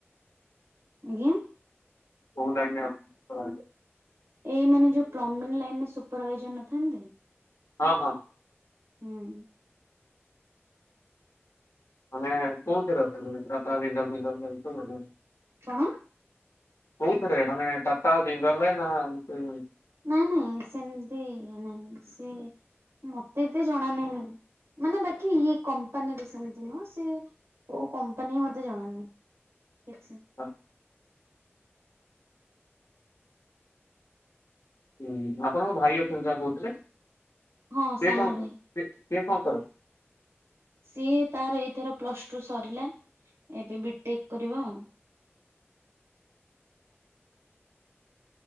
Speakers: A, on the right; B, on the left.
A: ଆଜ୍ଞା।
B: କଉ ଲାଇନରେ ଅଛନ୍ତି ସୁପରଭାଇଜର?
A: ଏଇ ମାନେ ଯୋଉ ପ୍ଲମ୍ବିଂ ଲାଇନ ରେ ସୁପରଭାଇଜର ନଥାନ୍ତି।
B: ହଁ ହଁ।
A: ହୁଁ।
B: ମାନେ କଉଥେର ଅଛନ୍ତି ଟାଟା ଜିନ୍ଦଲ ଫିନ୍ଦଲ ମେନସନ ନା
A: କଣ?
B: କଉଥେରେ ମାନେ ଟାଟା ଜିନ୍ଦଲ ରେ ନା ଏମତି
A: ନାଇଁ ନାଇଁ ସେମିତି ନାଇଁ ସେ ମତେ ଏତେ ଜଣା ନାହିଁ। ମାନେ ବାକି ଇଏ କମ୍ପାନୀରେ ସେମିତି ନୁହଁ ସେ କୋଉ କମ୍ପାନୀ ମତେ ଜଣାନାହିଁ। ସେିକ୍ <inaudible>
B: ହଁ। ହୁଁ ଆପଣଙ୍କ ଭାଇ ଅଛନ୍ତି ପା କହୁଥିଲେ। ସିଏ
A: ହଁ ସାନ
B: କଣ
A: ଭାଇ
B: ସିଏ କଣ କରନ୍ତି?
A: ସିଏ ତାର ଏଇଥର ପ୍ଲସ ଟୁ ସରିଲା ଏବେ ବିଟେକ୍ କରିବ ଆଉ।